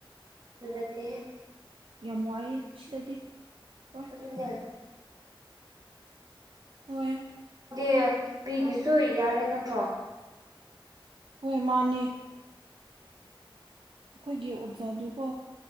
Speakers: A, on the right (about 45°); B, on the right (about 75°).
A: <unintelligible>
B: ꯌꯥꯝ ꯋꯥꯏꯑꯦ ꯁꯤꯗꯗꯤ ꯍꯣꯏ
A: ꯑꯗꯨꯅꯦ
B: ꯍꯣꯏ
A: ꯗꯤ ꯄꯤꯈꯤꯁꯨ ꯌꯥꯔꯦ ꯅꯠꯇ꯭ꯔꯣ
B: ꯍꯣꯢ ꯃꯥꯅꯤ ꯑꯩꯈꯣꯏꯒꯤ ꯑꯣꯖꯥꯗꯨꯀꯣ